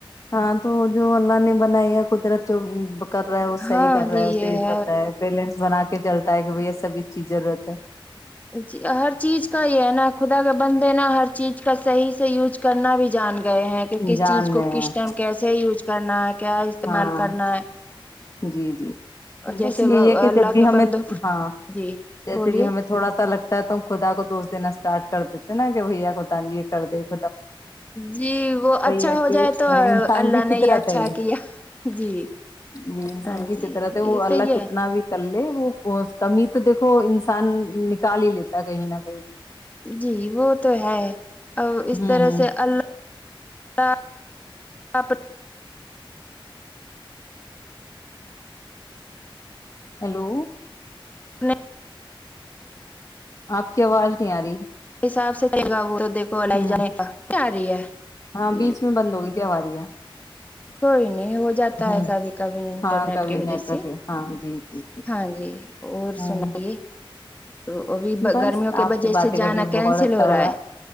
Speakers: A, on the left; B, on the left.
A: ہاں تو جو اللہ نے بنائی ہے قدرت جو کر رہا ہے وہ
B: ہاں
A: صحیح
B: جی
A: رہا
B: یہ
A: ہے سے پتتا ہے پلنس بنا کے چلتا ہے کہ بھ سبھی چیز ضرورت ہے
B: جی ہر چیز کا یہ ہے نا خدا کا بند د نا ہر چیز کا صحیح سے یوز کرنا بھی جان گئے ہیں
A: ہے
B: کہ کس
A: جان
B: چیز کو
A: گئے
B: کس
A: ہیں
B: ٹائم کیسے یوز کر کرنا کیا استعمال
A: ہاں
B: کرنا ہے
A: جی جی
B: اور جیسے
A: بس یہی ہے کہ
B: اللہ
A: جب بھی
B: کے
A: ہمیں
B: بندوں
A: ہاں
B: جی
A: جیسے
B: بولیے
A: بھی ہمیں تھوڑا لگتا ہے تو ہم خدا کو دوست دین اسٹارٹ کر دیتے ہیں نا کہ بھیا کو تان لیے کر د
B: جی وہ اچھا
A: ہے
B: ہو
A: کہ
B: جائے تو
A: انسان
B: اللہ
A: کی
B: نے
A: فطرت
B: یہ اچھا
A: ہے
B: کیا جی
A: جی انسان
B: ہاں
A: کی
B: جی
A: فترحت ہے
B: یہ
A: وہ اللہ
B: تو یہ
A: کتنا بھی کر لے وہ کمی تو دیکھو انسان نکال ہی لیتا ہے کہیں نہ کہیں
B: جی وہ تو ہے اور اس
A: ہوں
B: طرح
A: ہوں
B: سے اللہ <inaudible>
A: ہیلو
B: اپنے
A: آپ کی آواز نہیں آ رہی
B: <inaudible> کول
A: ہوں
B: آئی جنے تاری ہے
A: ہاں
B: ج
A: بیچ میں بند ہو گئی تھی ہماری یہاں
B: کوئی نہیں ہو جاتا ہے
A: ہوں
B: کبھی کبھی انٹرنیٹ
A: ہاں کبھی
B: کی وجہ
A: نیٹورک
B: سے
A: ہے ہاں
B: ج
A: جی جی
B: ہاں جی اور
A: ہاں
B: سنائیے تو ابھی
A: بس
B: گرمیوں کے
A: آپ
B: وجہ
A: سے باتیں کر
B: جانا
A: کے
B: کینسل
A: بہت اچھا
B: ہو رہا
A: لگا
B: ہے